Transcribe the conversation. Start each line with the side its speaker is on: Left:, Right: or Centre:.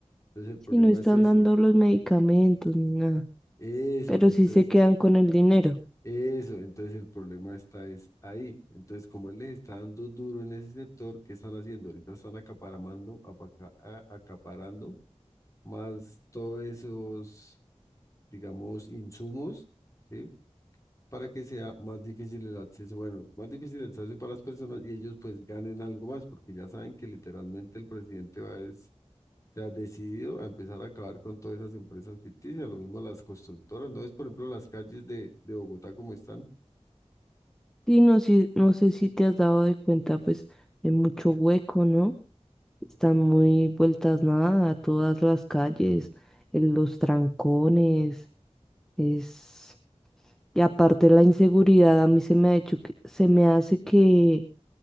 Left: Entonces el
Centre: si
Left: problema
Centre: no están
Left: es ese.
Centre: dando los medicamentos ni nada,
Left: Eso,
Centre: pero
Left: entonces
Centre: sí se quedan con el dinero.
Left: Eso, entonces el problema está es ahí. Entonces, como él les está dando duro en ese sector, ¿qué están haciendo? Ahorita están acaparamando, apaca- a- acaparando más todos esos, digamos, insumos, ¿sí? Para que sea más difícil el acceso, bueno, más difícil el acceso para las personas y ellos pues ganen algo más, porque ya saben que literalmente el presidente va es, se ha decidido a empezar a acabar con todas esas empresas ficticias, lo mismo las constructoras, ¿no es, por ejemplo, las calles de, de Bogotá como están?
Centre: Y no sé, no sé si te has dado de cuenta, pues, de mucho hueco, ¿no? Están muy vueltas nada, todas las calles, en los trancones, es... Y aparte la inseguridad, a mí se me ha hecho que, se me hace que